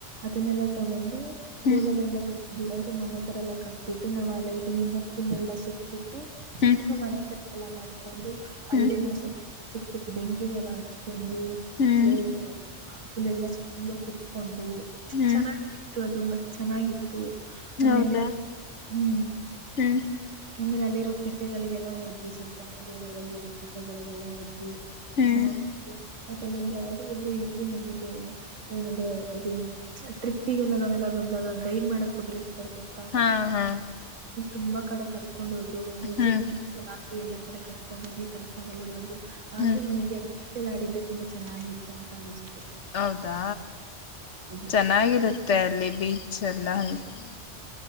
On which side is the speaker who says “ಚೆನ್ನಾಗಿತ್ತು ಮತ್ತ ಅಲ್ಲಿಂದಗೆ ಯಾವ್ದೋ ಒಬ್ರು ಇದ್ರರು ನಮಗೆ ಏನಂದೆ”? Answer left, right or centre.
Right